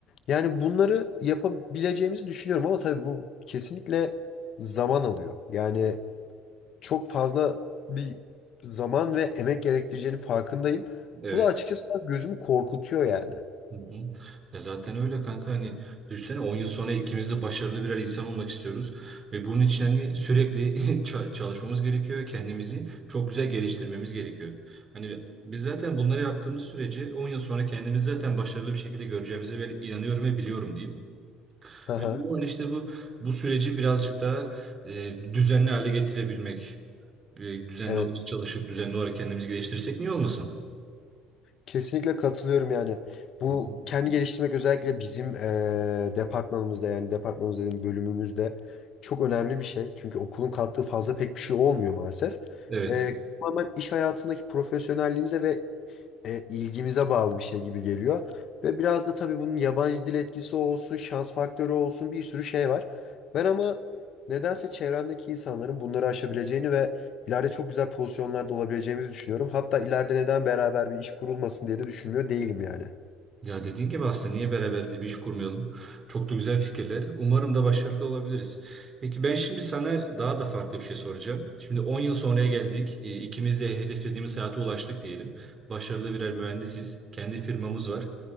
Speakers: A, on the left; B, on the right.
A: Yani bunları yapabileceğimizi düşünüyorum ama tabii bu kesinlikle zaman alıyor. Yani çok fazla bir zaman ve emek gerektireceğinin farkındayım.
B: Evet.
A: Bu da açıkçası biraz gözümü korkutuyor yani.
B: Hı hı. Ya zaten öyle kanka hani düşünsene 10 yıl sonra ikimiz de başarılı birer insan olmak istiyoruz ve bunun için hani sürekli <laughs> ça- çalışmamız gerekiyor ve kendimizi çok güzel geliştirmemiz gerekiyor. Hani biz zaten bunları yaptığımız sürece 10 yıl sonra kendimizi zaten başarılı bir şekilde göreceğimize ben inanıyorum ve biliyorum diyeyim.
A: Haha,
B: Önemli olan işte bu bu süreci birazcık daha e, düzenli hale getirebilmek. E, düzenli
A: Evet.
B: olarak çalışıp düzenli olarak kendimizi geliştirirsek niye olmasın?
A: Kesinlikle katılıyorum yani. Bu
B: Hı hı.
A: kendi geliştirmek özellikle bizim eee, departmanımızda yani departmanımız dediğim bölümümüzde çok önemli bir şey. Çünkü okulun kattığı fazla pek bir şey olmuyor maalesef.
B: Evet.
A: Eee tamamen iş hayatındaki profesyonelliğimize ve e, ilgimize bağlı bir şey gibi geliyor. Ve biraz da tabii bunun yabancı dil etkisi olsun, şans faktörü olsun bir sürü şey var. Ben ama nedense çevremdeki insanların bunları aşabileceğini ve İleride çok güzel pozisyonlarda olabileceğimizi düşünüyorum. Hatta ileride neden beraber bir iş kurulmasın diye de düşünmüyor değilim yani.
B: Ya dediğin gibi aslında niye beraber diye bir iş kurmayalım? Çok da güzel fikirler. Umarım da başarılı da olabiliriz. Peki ben şimdi sana daha da farklı bir şey soracağım. Şimdi 10 yıl sonraya geldik. E, İkimiz de hedeflediğimiz hayata ulaştık diyelim. Başarılı birer mühendisiz. Kendi firmamız var.